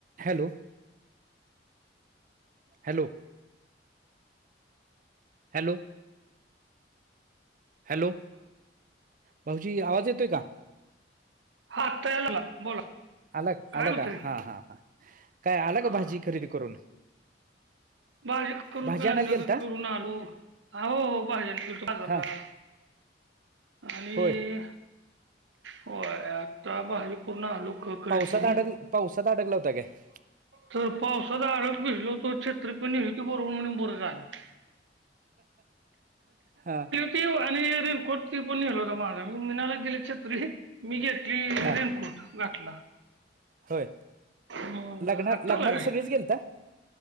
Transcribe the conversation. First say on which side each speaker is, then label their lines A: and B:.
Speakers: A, on the right; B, on the right.
A: Hello. Hello hello. Hello भाऊजी आवाज येतोय का.
B: हा तयार झाला बोला.
A: अलग
B: काय
A: आलग
B: म्हणतंय
A: हा हा ह काय अलग
B: हा
A: भाजी खरेदी करून.
B: भाजी करून
A: भाजी आणायला
B: का
A: गेलता
B: करून आलो हो भाज्यांनीजरला.
A: हा
B: आणि
A: होय
B: होय. आता भाज पूर्ण आलो खरेद
A: पावसात
B: करून.
A: अडक पावसात अडकला होता काय
B: तर पाव सदा अडग बसलो तो छ त्रप होती बरो म्हणून बर झालती.
A: हा
B: आणिे कोटती पण नेल होतता माझा मी मिनाला दिले छत तरी. मी घेतली
A: हा
B: रेनकोट गाठला.
A: होय
B: हम.
A: लग्ना
B: आत्ता आला काय?
A: <unintelligible>